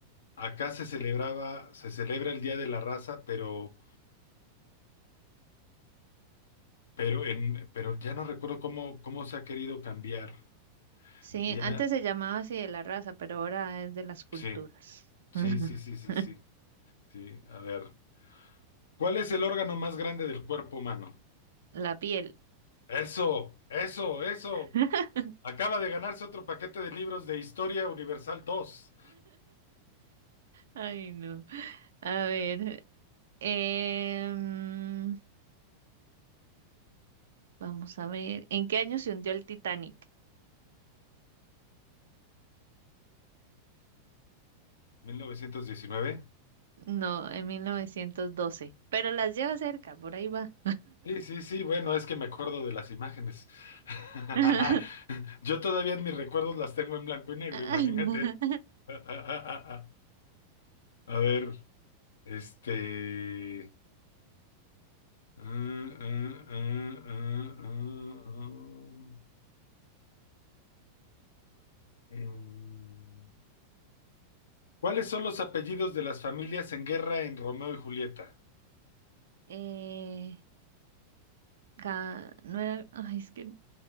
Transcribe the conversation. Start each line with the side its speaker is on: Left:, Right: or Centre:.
Left: Acá se celebraba, se celebra el Día de la Raza, pero Pero en, pero ya no recuerdo cómo, cómo se ha querido cambiar.
Right: Sí,
Left: Ya,
Right: antes se llamaba así de la raza, pero ahora es de las culturas.
Left: sí, sí,
Right: <laughs>
Left: sí, sí, sí, sí, sí. A ver. ¿Cuál es el órgano más grande del cuerpo humano?
Right: La piel.
Left: Eso, eso, eso.
Right: <laughs>
Left: Acaba de ganarse otro paquete de libros de Historia Universal dos.
Right: Ay, no. A ver. em, vamos a ver. ¿En qué año se hundió el Titanic?
Left: ¿Mil novecientos diecinueve?
Right: No, en 1912. Pero las lleva cerca, por ahí va.
Left: Sí, sí, sí, bueno, es que me acuerdo de las imágenes. <laughs>
Right: <laughs>
Left: Yo todavía en mis recuerdos las tengo en blanco y negro,
Right: Ay,
Left: imagínate.
Right: no.
Left: <laughs> A ver, este... Ah, ah, ah, ah, ah, ah. Mm. ¿Cuáles son los apellidos de las familias en guerra en Romeo y Julieta?
Right: Eh, Ca- no era. Ay, es que.